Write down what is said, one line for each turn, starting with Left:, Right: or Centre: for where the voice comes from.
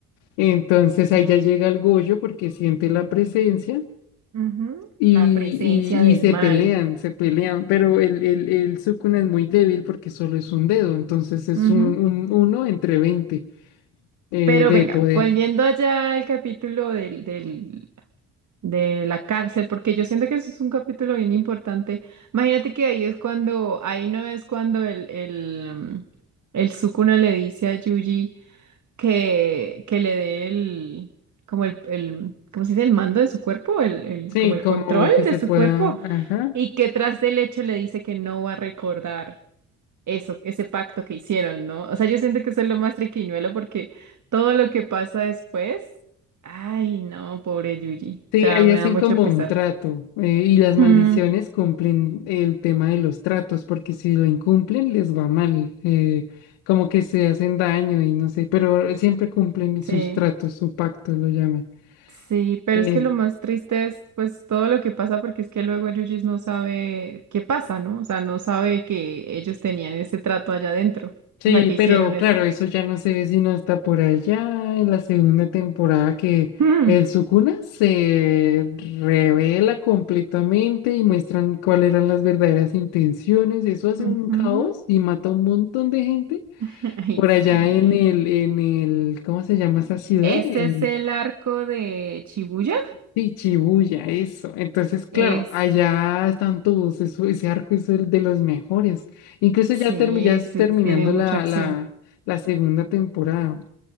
Left: Entonces
Right: sí,
Left: ahí ya llega el Gojo porque siente la presencia.
Right: ujú.
Left: Y,
Right: La presencia
Left: y,
Right: del
Left: y se
Right: mal.
Left: pelean, se pelean, pero el, el, el Sukuna es muy débil porque solo es un dedo, entonces es
Right: Ujú.
Left: un, un uno entre 20 eh,
Right: Pero
Left: de
Right: venga,
Left: poder.
Right: volviendo allá al capítulo del, del, de la cárcel, porque yo siento que eso es un capítulo bien importante. Imagínate que ahí es cuando, ahí no es cuando el, el, mm, el Sukuna le dice a Yuji. que, que le dé el, como el, el, ¿cómo se dice? El mando de su cuerpo, el, el,
Left: Sí,
Right: como el
Left: como
Right: control
Left: que se
Right: de su
Left: pueda,
Right: cuerpo,
Left: ajá.
Right: y que tras del hecho le dice que no va a recordar eso, ese pacto que hicieron, ¿no? O sea, yo siento que eso es lo más triquiñuelo porque todo lo que pasa después, ay, no, pobre Yuji,
Left: Sí,
Right: o sea,
Left: ahí
Right: me
Left: hacen
Right: da mucho
Left: como
Right: pesar.
Left: un trato eh, y las
Right: Mm,
Left: maldiciones cumplen el tema de los tratos porque si lo incumplen les va mal, eh, como que se hacen daño y no sé, pero siempre cumplen
Right: sí.
Left: sus tratos, su pacto lo llaman.
Right: Sí, pero
Left: Eh,
Right: es que lo más triste es pues todo lo que pasa porque es que luego el Yujis no sabe qué pasa, ¿no? O sea, no sabe que ellos tenían ese trato allá adentro.
Left: sí,
Right: O sea, que hicieron
Left: pero
Right: eso.
Left: claro, eso ya no se ve sino hasta por allá en la segunda temporada que
Right: Mm.
Left: el Sukuna se revela completamente y muestran cuáles eran las verdaderas intenciones, eso hace
Right: Ujú.
Left: un caos y mata a un montón de gente.
Right: <laughs> Ay,
Left: Por
Right: sí.
Left: allá en el, en el, ¿cómo se llama esa ciudad?
Right: Ese
Left: Eh,
Right: es el arco de Shibuya.
Left: sí, Shibuya, eso. Entonces, claro,
Right: Esto.
Left: allá están todos, eso- ese arco es el de los mejores. Incluso
Right: Sí,
Left: ya, termi- ya es
Right: ese
Left: terminando
Right: tiene mucha
Left: la,
Right: acción.
Left: la, la segunda temporada.